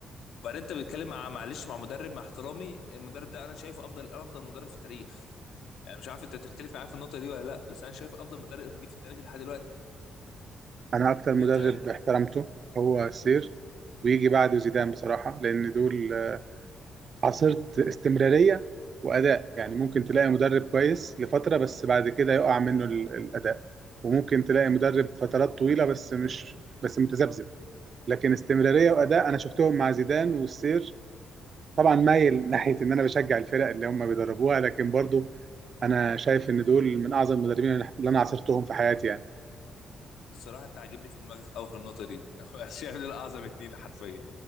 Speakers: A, on the left (about 75°); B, on the right (about 50°).
A: وبعدين انت بتتكلم مع معلش مع مدرب مع احترامي المدرب ده انا شايفه افضل افضل مدرب في التاريخ يعني مش عارف انت تختلف معايا في النقطه دي ولا لا بس انا شايف افضل مدرب جه في التاريخ لحد دلوقتي
B: انا اكتر مدرب
A: انت
B: احترمته هو السير ويجي بعده زيدان بصراحه لان دول آه، عصرة استمراريه واداء يعني ممكن تلاقي مدرب كويس لفتره بس بعد كده يقع منه ال- الاداء وممكن تلاقي مدرب فترات طويله بس مش بس متذبذب لكن استمراريه
A: انت
B: واداء انا شفتهم مع زيدان والسير طبعا مايل ناحيه ان انا بشجع الفرق اللي هم بيدربوها لكن برضو انا شايف ان دول من اعظم المدربين اللي انا عاصرتهم في حياتي يعني
A: الصراحة أنت عاجبني في دماغك أوي في النقطة دي <laughs> هو شايف دول أعظم اتنين حرفيا